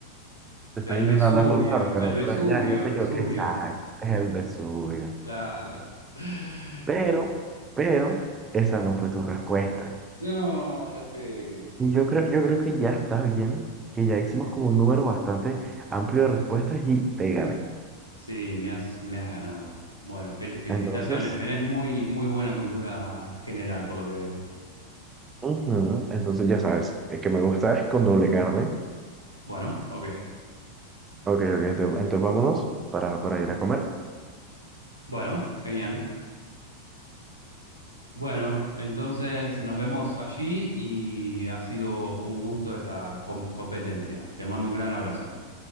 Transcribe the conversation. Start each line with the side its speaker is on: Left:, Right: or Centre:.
Right: Te
Left: el
Right: está intentando
Left: Vesubio,
Right: acordar, pero,
Left: el Vesubio,
Right: pero ya, ya te
Left: el Vesubio.
Right: equivoqué. Exacto, es el Vesubio.
Left: Claro. <gasps>
Right: Pero, pero, esa no fue tu respuesta.
Left: No, ya sé.
Right: Y yo creo, yo creo que ya está bien, que ya hicimos como un número bastante amplio de respuestas y te gané.
Left: Sí, me has, me has ganado. Bueno, fel- felicitaciones.
Right: Entonces,
Left: Tenés muy, muy buena cultura general, por lo que veo.
Right: ujú, entonces ya sabes, el que me gusta es con doble carne.
Left: Bueno, ok.
Right: Ok, ok, ento- entonces, vámonos para, para ir a comer.
Left: Bueno, genial. Bueno, entonces nos vemos allí y ha sido un gusto esta com- competencia. Te mando un gran abrazo.